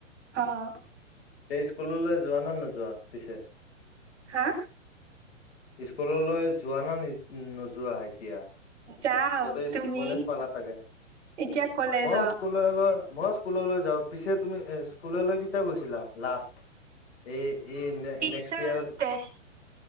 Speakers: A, on the right; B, on the left.
A: অ'।
B: এই স্কুললৈ যোৱা নে নোযোৱা পিছে?
A: হা?
B: ইস্কুললৈ যোৱা না নোযোৱা এতিয়া?
A: যাও
B: এতে
A: তুমি
B: কলেজ পালা চাগে?
A: এতিয়া কলেজত
B: মচ স্কুললৈ, মই স্কুললৈ যাওঁ। পিছে তুমি স্কুললৈ কিটা গৈছিলা লাষ্ট? এ এই নে
A: টিচাৰ্চ
B: নেক্সট ইয়াৰত,
A: ডে